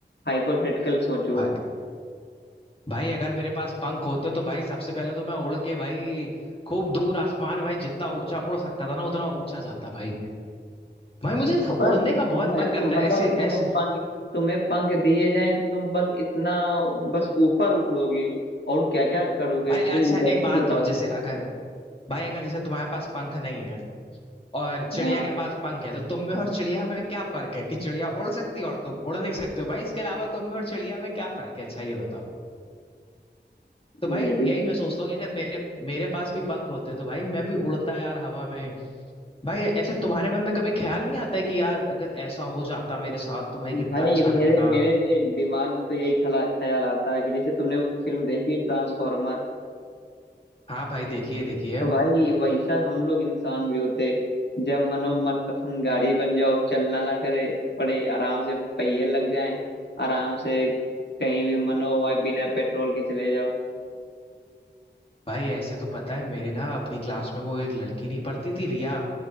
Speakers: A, on the left; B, on the left.
A: हाइपोथेटिकल सोचो
B: भाई भाई अगर मेरे पास पंख होते तो भाई सबसे पहले तो मैं उड़ के भाई खूब दूर आसमान में भाई जितना ऊंचा उड़ सकता था ना उतना ऊंचा जाता भाई भाई मुझे तो
A: बस
B: उड़ने का
A: इतना
B: बहुत मन
A: है
B: करता
A: तो मतलब
B: है ऐसे
A: तुम्हें
B: ऐसे
A: पंख तुम्हें पंख दिए जाएं तो तुम बस इतना बस ऊपर उड़ोगे और क्या क्या करोगे
B: भाई
A: कुछ
B: अच्छा
A: इंटरेस्टिंग
B: एक बात
A: बताओ
B: बताओ जैसे अगर भाई अगर जैसे तुम्हारे पास पंख नहीं है और चिड़िया
A: हाँ
B: के पास पंख है तो तुम में और चिड़िया में क्या फर्क है कि चिड़िया उड़ सकती है और तुम उड़ नहीं सकते हो भाई इसके अलावा तुम में और चिड़िया में क्या फर्क है अच्छा ये बताओ तो भाई
A: ये भी
B: यही मैं सोचता हूँ कि अगर मेरे मेरे पास भी पंख होते तो भाई मैं भी उड़ता यार हवा में भाई ऐसे तुम्हारे मन में कभी ख्याल नहीं आता है कि यार अगर ऐसा हो जाता मेरे साथ तो भाई कितना
A: भाई
B: अच्छा लगता
A: मेरे मेरे दिमाग में तो यही खला ख्याल आता है कि जैसे तुमने वो फिल्म देखी ट्रांसफॉर्मर
B: हाँ भाई देखिए देखिए
A: तो भाई वैसा हम लोग इंसान भी होते जब मनो मन पसंद गाड़ी बन जाओ चलना ना करे पड़े आराम से पहिए लग जाएं आराम से कहीं भी मनो वह बिना पेट्रोल के चले जाओ
B: भाई ऐसे तो पता है मेरे ना अपनी क्लास में वो एक लड़की नहीं पढ़ती थी रिया